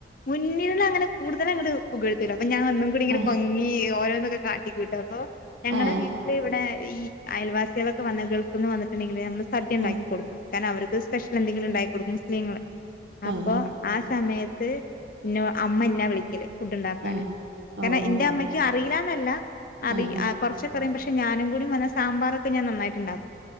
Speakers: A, on the left (about 50°); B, on the right (about 75°).
A: മുന്നിലുള്ളങ്ങനെ കൂടുതലങ്ങ്ട് പുകഴ്ത്തൂല അപ്പൊ ഞാൻ ഒന്നും കൂടി ഇങ്ങനെ
B: ആ
A: പൊങ്ങി ഓരോന്നൊക്കെ കാട്ടിക്കൂട്ടും അപ്പൊ ഞങ്ങടെ
B: ആഹ്
A: വീട്ടില് ഇവടെ ഈ അയൽവാസികളൊക്കെ വന്ന ഗൾഫ്ന്ന് വന്നിട്ടുണ്ടെങ്കില് നമ്മള് സദ്യ ഇണ്ടാക്കി
B: ആഹ്
A: കൊട്ക്കും. കാരണം അവർക്ക് സ്പെഷ്യൽ എന്തെങ്കിലും ഉണ്ടാക്കി കൊടുക്കും മുസ്ലീങ്ങള് അപ്പൊ
B: ആഹ് ആഹ്
A: ആ സമയ ത് ഇന്നൊ അമ്മ ന്നെ വിളിക്കല് ഫുഡ് ഉണ്ടാക്കാന്
B: ആഹ് ഓഹ്
A: കാരണം
B: ഓഹോ
A: ഇന്റെ അമ്മയ്ക്ക് അറിയില അല്ല അറി
B: ആഹ്
A: അ കുറച്ചൊക്കറിയും പക്ഷെ ഞാനും കൂടി വന്ന സാമ്പാറൊക്കെ ഞാനന്നായിട്ട് ണ്ടാക്കും